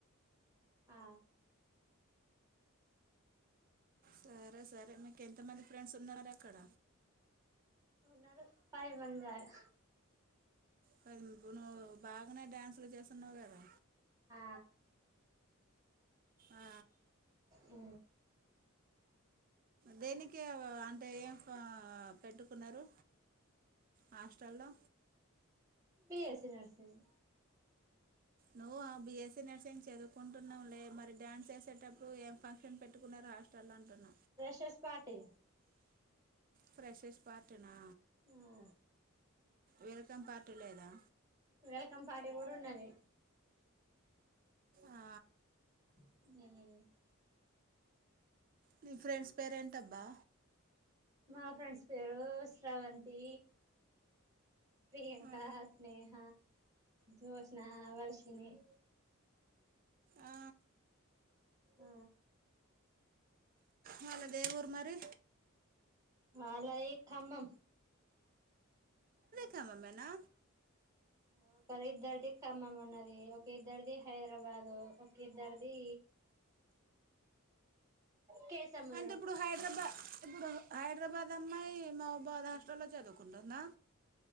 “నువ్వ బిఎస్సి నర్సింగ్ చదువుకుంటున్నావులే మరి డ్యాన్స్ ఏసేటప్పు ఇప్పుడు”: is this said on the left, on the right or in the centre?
Right